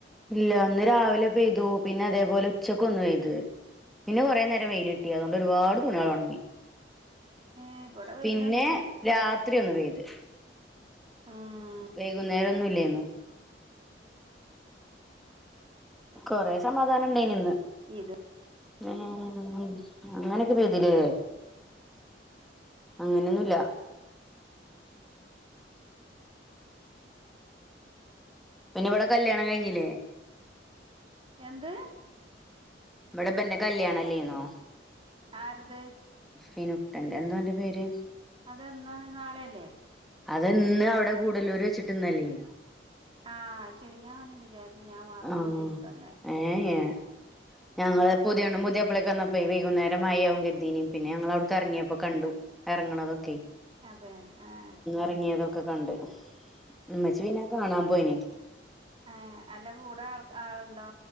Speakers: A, in the centre; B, on the right (about 30°).
A: ഇല്ല ഇന്ന് രാവിലെ പെയ്തു പിന്നെ അതേപോലെ ഉച്ചക്ക് ഒന്ന് പെയ്ത് പിന്നെ കൊറേ നേരം വെയിലിട്ടി അതോണ്ട് ഒരുപാട് തുണിയളൊണങ്കി
B: ഏഹ് ഇവിടെ വെയിലൊന്നുല്ല
A: പിന്നെ രാത്രി ഒന്ന് പെയ്ത്
B: ഉം
A: വൈകുന്നേരൊന്നു ഇല്ലെന്നു കൊറെ സമാധാന ണ്ടായിരുന്നു ഇന്ന്
B: ഇത്
A: ഏഹ് അങ്ങനൊക്കെ പെയ്തിലേ അങ്ങനെയൊന്നുല്ല പിന്നെ ഇവിടെ കല്യാണം കഴിഞ്ഞില്ലേ
B: എന്ത്?
A: ഇവ്ടെപ്പെന്റെ കല്യാണല്ലേന്നോ
B: ആരത്
A: ഫിനുട്ടന്റെ എന്തോന്റെ പേര്
B: അതെന്നാണ് നാളെയല്ലേ
A: അതന്ന് അവിടെ കൂടുലൂര് വെച്ചിട്ട്ന്നല്ലേനോ
B: ആഹ് ശെരി ഞാനും വിചാര്ച്ച് ഞാൻ മറന്ന
A: ആഹ്
B: ദിവസംന്നെ
A: ഏ ഏ ഞങ്ങള് പുതിയണ്ണു പുതിയപ്പളെക്ക് വന്നപ്പേ വൈകുന്നേരം മഴയാവും കരുതീനി പിന്നെ ഞങ്ങൾ അവിട്ക്കെർങ്ങിയപ്പോ കണ്ടു എർങ്ങണതൊക്കെ
B: അതെ ആഹ്
A: എർങ്ങിയതൊക്കെ കണ്ട് ഉമ്മച്ചി പിന്നെ കാണാൻ പോയിന്
B: ആഹ് അല്ല കൂടെ ആൾ ആളുണ്ടോ